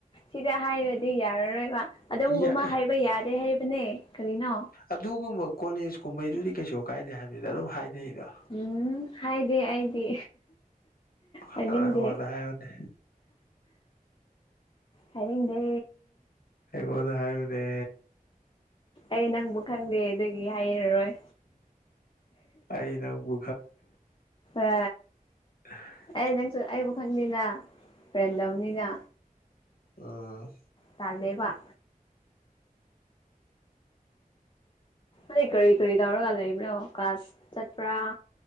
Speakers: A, on the left; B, on the left.
A: ꯁꯤꯗ ꯍꯥꯏꯔꯗꯤ ꯑꯗꯨ ꯌꯥꯔꯔꯣꯏꯕ ꯑꯗꯨꯝꯒꯨꯝꯕ
B: ꯌꯥꯏ
A: ꯍꯥꯏꯕ ꯌꯥꯗꯦ ꯍꯥꯏꯕꯅꯦ ꯀꯔꯤꯅꯣ
B: ꯑꯗꯨꯒꯨꯝꯕ ꯀꯣꯂꯦꯖ ꯀꯨꯝꯕꯩꯗꯨꯗꯤ ꯀꯩꯁꯨ ꯀꯥꯏꯗꯦ ꯍꯥꯏꯕꯕꯅꯤꯗ ꯑꯗꯨꯝ ꯍꯥꯏꯅꯩꯗꯣ
A: ꯎꯝ ꯍꯥꯏꯗꯦ ꯑꯩꯗꯤ
B: ꯑꯩꯉꯣꯟꯗ
A: ꯍꯥꯏꯅꯤꯡꯗꯦ
B: ꯍꯥꯏꯌꯨꯅꯦ
A: ꯍꯅꯤꯡꯗꯦ
B: ꯑꯩꯉꯣꯟꯗ ꯍꯥꯏꯌꯨꯅꯦ
A: ꯑꯩ ꯅꯪꯕꯨ ꯈꯪꯗꯦ ꯑꯗꯨꯒꯤ ꯍꯥꯏꯔꯔꯣꯏ
B: ꯑꯩ ꯅꯪꯕꯨ
A: ꯑ
B: ꯑ
A: ꯑꯦ ꯅꯪꯁꯨ ꯑꯩꯕꯨ ꯈꯪꯗꯦꯅ ꯔꯦꯟꯗꯝꯅꯤꯅ
B: ꯎꯥ
A: ꯇꯥꯜ ꯂꯩꯕ ꯑꯩ ꯀꯔꯤ ꯀꯔꯤ ꯇꯧꯔꯒ ꯂꯩꯕ꯭ꯔꯣ ꯀꯥꯁ ꯆꯠꯄ꯭ꯔꯥ